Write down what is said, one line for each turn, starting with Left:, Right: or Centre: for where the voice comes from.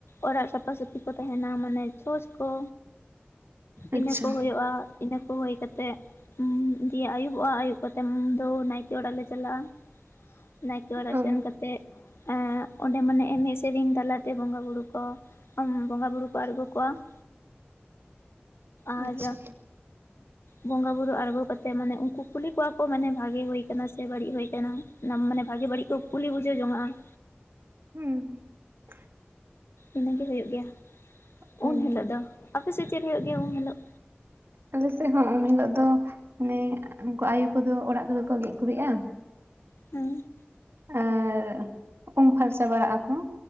Left: ᱚᱲᱟᱜ ᱥᱟᱯᱟ ᱥᱟᱹᱯᱷᱤ ᱠᱚ ᱛᱟᱦᱮᱱᱟ ᱢᱟᱱᱮ ᱪᱷᱚᱪ ᱠᱚ
Right: ᱟᱪᱪᱷᱟ
Left: ᱤᱱᱟᱹ ᱠᱚ ᱦᱩᱭᱩᱜ-ᱟ, ᱤᱱᱟᱹ ᱠᱚ ᱦᱩᱭ ᱠᱟ ᱛᱮᱜ ᱫᱤᱭᱮ ᱟᱹᱭᱩᱵᱚᱜ-ᱟ, ᱟᱹᱭᱩᱵ ᱠᱟᱛᱮ ᱫᱚ ᱱᱟᱭᱠᱮ ᱚᱲᱟᱜ ᱞᱮ ᱪᱟᱞᱟᱜ-ᱟ ᱾ ᱱᱟᱭᱠᱮ ᱚᱲᱟᱜ
Right: ᱚ
Left: ᱥᱮᱱ ᱠᱟᱛᱮᱫ, ᱚᱸᱰᱮ ᱢᱟᱱᱮ ᱮᱱᱮᱡ ᱥᱮᱨᱮᱧ ᱛᱟᱞᱟᱛᱮ ᱵᱚᱸᱜᱟ ᱵᱩᱨᱩ ᱠᱚ ᱚᱢ ᱵᱚᱸᱜᱟ ᱵᱩᱨᱩ ᱠᱚ ᱟᱬᱜᱚ ᱠᱚᱣᱟ ᱾ ᱟᱨ
Right: ᱟᱪᱪᱷᱟ
Left: ᱵᱚᱸᱜᱟ ᱵᱩᱨᱩ ᱟᱬᱜᱚ ᱠᱟᱛᱮᱜ ᱢᱟᱱᱮ ᱩᱱᱠᱩ ᱠᱩᱞᱤ ᱠᱚᱣᱟ ᱠᱚ ᱢᱟᱱᱮ ᱵᱷᱟᱜᱤ ᱦᱳᱭ ᱟᱠᱟᱱᱟ ᱥᱮ ᱵᱟᱹᱲᱤᱡ ᱦᱳᱭ ᱠᱟᱱᱟ ᱾ ᱚᱱᱟ ᱢᱟᱱᱮ ᱵᱷᱟᱜᱮ ᱵᱟᱹᱲᱤᱡ ᱠᱚ ᱠᱩᱞᱤ ᱵᱩᱡᱷᱟᱹ ᱡᱚᱝᱟᱜ-ᱟ ᱾
Right: ᱦᱩᱸ ᱾
Left: ᱤᱱᱟᱹᱜᱤ ᱦᱩᱭᱩᱜ ᱜᱮᱭᱟ
Right: ᱦᱩᱸ
Left: ᱩᱱ ᱦᱤᱞᱳᱜ ᱫᱚ, ᱟᱯᱮ ᱥᱮᱪ ᱪᱮᱫ ᱦᱩᱭᱩᱜ ᱜᱮᱭᱟ ᱩᱱ ᱦᱤᱞᱳᱜ?
Right: ᱟᱞᱮᱥᱮᱫ ᱦᱚᱸ ᱩᱢ ᱦᱤᱞᱚᱜ ᱫᱚ ᱢᱟᱱᱮ ᱩᱱᱠᱩ ᱟᱭᱳ ᱠᱚᱫᱚ ᱚᱲᱟᱜ ᱫᱚ ᱠᱚ ᱜᱮᱡ ᱜᱩᱨᱤᱡ-ᱟ ᱾
Left: ᱦᱩᱸ ᱾
Right: ᱟᱨ ᱩᱢ ᱯᱷᱟᱨᱪᱟ ᱵᱟᱲᱟᱜ ᱟᱠᱚ